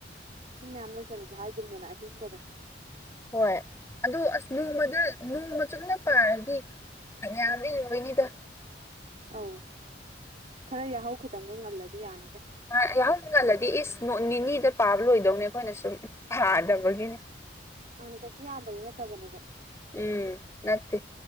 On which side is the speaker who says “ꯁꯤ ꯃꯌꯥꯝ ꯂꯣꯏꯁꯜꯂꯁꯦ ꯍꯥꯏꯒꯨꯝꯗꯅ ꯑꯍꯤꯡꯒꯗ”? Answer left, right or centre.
Right